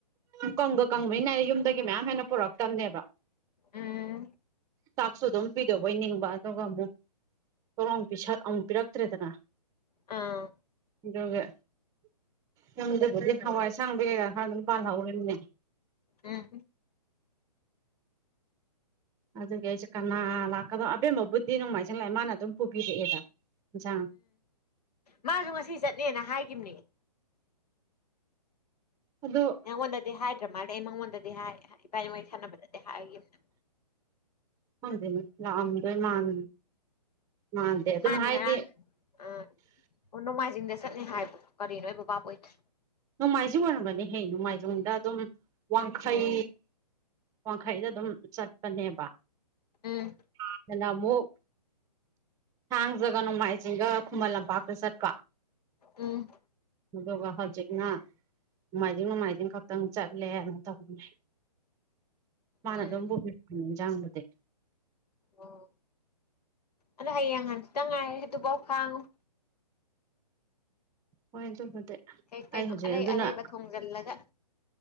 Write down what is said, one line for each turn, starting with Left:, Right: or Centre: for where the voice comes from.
Right: <unintelligible> ꯀꯪꯒ ꯀꯪꯕꯅꯤꯅ ꯌꯨꯝꯗꯒꯤ ꯃꯌꯥꯝ ꯍꯦꯟꯅ ꯄꯨꯔꯛꯇꯕꯅꯦꯕ
Left: ꯎꯝ
Right: ꯆꯥꯛꯁꯨ ꯑꯗꯨꯝ ꯄꯤꯗ‌ꯣꯏꯕ ꯅꯤꯡꯕ ꯑꯗꯨꯒ ꯑꯃꯨꯛ ꯊ‌ꯣꯛ ꯂꯥꯎꯅ ꯄꯤꯁꯜ ꯑꯃꯨꯛ ꯄꯤꯔꯛꯇ꯭ꯔꯦꯗꯅ
Left: ꯑꯥ
Right: ꯑꯗꯨꯒ ꯌꯨꯝꯗꯕꯨꯗꯤ ꯍꯋꯥꯏ ꯑꯁꯥꯡꯕꯤ ꯀꯩꯀꯥ ꯈꯔ ꯑꯗꯨꯝ ꯄꯥꯜꯍꯧꯔꯤꯕꯅꯦ
Left: ꯎꯝ
Right: ꯑꯗꯨꯒꯤ ꯑꯩꯖꯦ ꯀꯅꯥ ꯂꯥꯛꯀꯗꯣ ꯑꯕꯦꯝꯃꯥꯕꯨꯗꯤ ꯅꯣꯡꯃꯥꯏꯖꯤꯡ ꯂꯥꯛꯑꯦ ꯃꯥꯅ ꯑꯗꯨꯝ ꯄꯨꯕꯤꯔꯛꯑꯦꯗ ꯍꯤꯟꯖꯡ
Left: ꯃꯥꯖꯨ ꯉꯁꯤ ꯆꯠꯅꯦꯅ ꯍꯥꯏꯒꯤꯝꯅꯦ
Right: ꯑꯗꯣ
Left: ꯅꯪꯉꯣꯟꯗꯗꯤ ꯍꯥꯏꯗ꯭ꯔ ꯃꯥꯜꯂꯦ ꯑꯩ ꯃꯉꯣꯟꯗꯗꯤ ꯍꯥꯏ ꯏꯕꯥꯟꯅꯤ ꯋꯥꯔꯤ ꯁꯥꯟꯅꯕꯗ ꯍꯥꯏꯒꯤꯝꯅꯦ
Right: ꯈꯡꯗꯦꯅꯦ ꯂꯥꯛ ꯑꯝꯗꯣꯏ ꯃꯥꯟ ꯃꯥꯟꯗꯦ ꯑꯗꯨꯝ
Left: ꯃꯥꯟꯗꯤ
Right: ꯍꯥꯏꯗꯤ
Left: ꯉꯔꯥꯡ ꯑꯥ ꯑꯣ ꯅꯣꯡꯃꯥꯏꯖꯤꯡꯗ ꯆꯠꯅꯤ ꯍꯥꯏꯕ꯭ꯔꯣ ꯀꯔꯤꯅꯣ ꯑꯩꯕꯨ ꯚꯥꯕ ꯑꯣꯏꯗ꯭ꯔꯦ
Right: ꯅꯣꯡꯃꯥꯏꯖꯤꯡ ꯑꯣꯏꯔꯝꯒꯅꯤꯍꯦ ꯅꯣꯡꯃꯥꯏꯖꯤꯡꯗ ꯑꯗꯨꯝ ꯋꯥꯡꯈꯩ
Left: ꯎꯝ
Right: ꯋꯥꯡꯈꯩꯗ ꯑꯗꯨꯝ ꯆꯠꯄꯅꯦꯕ
Left: ꯎꯝ
Right: ꯍꯟꯅꯥꯅ ꯑꯃꯨꯛ ꯊꯥꯡꯖꯒ ꯅꯣꯡꯃꯥꯏꯖꯤꯡꯒ ꯈꯨꯃꯟ ꯂꯝꯄꯥꯛꯇ ꯆꯠꯄ
Left: ꯎꯝ
Right: ꯑꯗꯨꯒ ꯍꯥꯖꯤꯛ ꯅꯥ ꯅꯣꯡꯃꯥꯏꯖꯤꯡ ꯅꯣꯡꯃꯥꯏꯖꯤꯡ ꯈꯛꯇꯪ ꯆꯠꯂꯦꯅ ꯇꯧꯕꯅꯦ ꯃꯥꯅ
Left: ꯎꯝ
Right: ꯑꯗꯨꯝ ꯄꯨꯕꯤꯔꯛꯄꯅꯦ ꯍꯤꯟꯖꯥꯡꯕꯨꯗꯤ
Left: ꯑꯣ ꯑꯗꯣ ꯍꯌꯦꯡ ꯍꯡꯖꯤꯠꯇꯪ ꯉꯥꯏꯔꯦ ꯑꯗꯨꯕꯧ ꯈꯥꯡꯉꯣ
Right: ꯍꯣꯏ ꯑꯗꯨꯕꯨꯗꯤ
Left: ꯀꯩ
Right: ꯑꯩ
Left: ꯀꯩꯅꯣ
Right: ꯍꯧꯖꯤꯛ
Left: ꯑꯔꯩ
Right: ꯑꯗꯨꯅ
Left: ꯑꯔꯩꯕ ꯊꯣꯡꯖꯜꯂꯒ